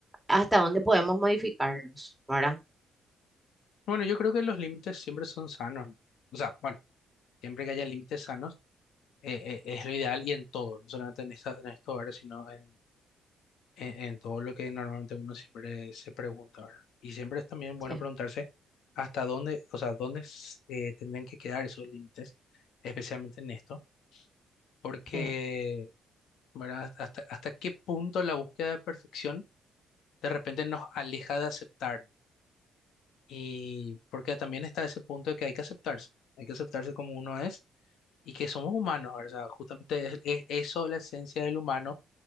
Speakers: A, in the centre; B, on the left.
A: hasta donde podemos modificarnos, ¿verdad?
B: Bueno, yo creo que los límites siempre son sanos. ¿no? O sea, bueno, siempre que haya límites sanos. eh, eh, es lo ideal y en todo, no solamente en esta, en estos horarios, sino en, en, en todo lo que normalmente uno siempre se pregunta, ¿verdad? Y siempre es también bueno
A: Sí,
B: preguntarse hasta dónde, o sea, dónde s- eh, tendrían que quedar esos límites, especialmente en esto, porque,
A: sí.
B: ¿verdad? Hasta, hasta qué punto la búsqueda de perfección de repente nos aleja de aceptar. ¿no? Y porque también está ese punto de que hay que aceptarse, hay que aceptarse como uno es y que somos humanos, ¿verdad? Justamente es, es eso la esencia del humano